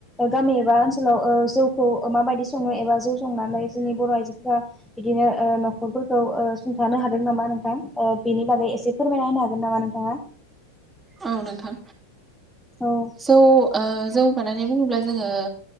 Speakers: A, in the centre; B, on the right.
A: गामि एबा ओनसोलाव जौ खौ माबायदि सङो एबा जौ संनानै जोंनि बर' आइजोफोरा बिदिनो ओ न'खरफोरखौ थानो हादों नामा नोंथां ओ बेनि बागै एसे फोरमायना होनो हागोन नामा नोंथाङा
B: औ नोंथां
A: औ
B: जौ ओ जौ बानायनाय बुङोब्ला जोङो